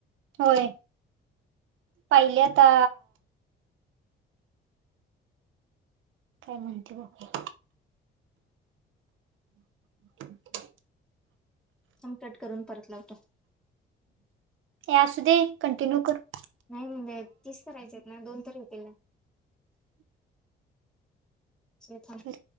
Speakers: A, on the right; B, in the centre.
A: होय पहिलेता काय म्हणते बके <inaudible>
B: समकट करून परत लावतो
A: हे अस दे कंटिन्यू करू
B: नाही म्हणज तीस करायच आहेत ना दोन तरी होतील ना तेथां
A: तर